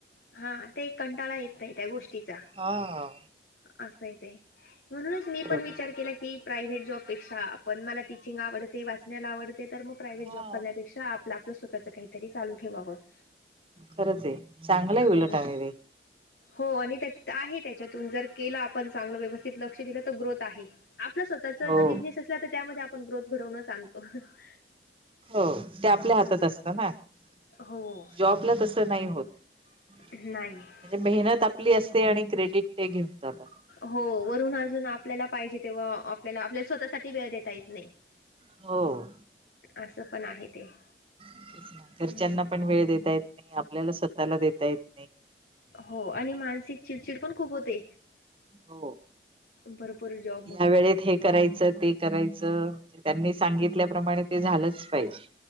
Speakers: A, on the left; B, on the right.
A: हा ते कंटाळा येत नाही त्या गोष्टीचा
B: हा
A: असंय ते म्हणूनच मी
B: बरोबर
A: पण विचार केला की प्रायव्हेट जॉबपेक्षा आपण मला टीचिंग आवडते वाचण्याला आवडते तर मग प्रायव्हेट
B: हा
A: जॉब करण्यापेक्षा आपला त स्वतःच काहीतरी चाल ठेवावं. <unintelligible>
B: खरच आहे चांगलं आहे
A: हो
B: उलट आरे <unintelligible>
A: हो आणि त्या आहे त्याच्यातून जर केलं आपण चांगलं व्यवस्थित लक्ष दिलं तर ग्रोथ आहे <unintelligible> आपला स्वतःचा
B: हो
A: ज बिझनेस असला तर त्यामध्ये आपण ग्रोथ घडवूनच आणतो <unintelligible>
B: हो ते आपल्या हातात असतं ना <unintelligible>
A: हो <unintelligible>
B: जॉबला तसं नाही होत <unintelligible>
A: नाही <unintelligible>
B: म्हणजे मेहनत आपली असते आणि क्रेडिट ते घेऊन जातात <unintelligible>
A: हो वरुून अजून आपल्याला पाहिजे तेव्हा आपल्याला-आपल्याला स्वतःसाठी वेळ देता येत नाही. <unintelligible>
B: हो. <unintelligible>
A: असं पण आहे ते <unintelligible>
B: तेच ना.
A: हम्म
B: घरच्यांना पण वेळ देता येत नाही आपल्याला स्वतःला देता येत <unintelligible>
A: हो आणि मानसिक चिडचिड पण खूप होते
B: हो
A: भरपूर जॉब <unintelligible>
B: या वेळेत हे करायचं ते करायचं त्यांनी सांगितल्याप्रमाणे ते झालंच पाहिजे.